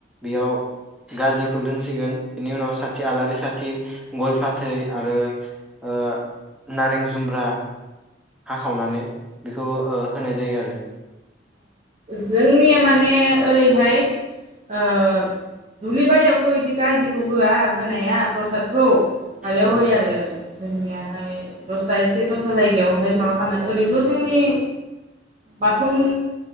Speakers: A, in the centre; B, on the right.
A: बेयाव गाजिखौ दोनसिगोन बिनि उनाव साथि आलारि साथि गय फाथै आरो ओ नारें जुमब्रा हाखावनानै बेखौ ओ होनाय जायो आरो
B: जोंनिया माने ओरैहाय ओ दुब्लि बारियावथ' इदि गाजिखौ होआ होनाया प्रसाद खौ माबायाव
A: औ
B: होयो आरो जोंनियाहाय दस्रा एसे दस्रा जायगायावहाय माबा खालामनानै ओरैनोल' जोंनि बाथौ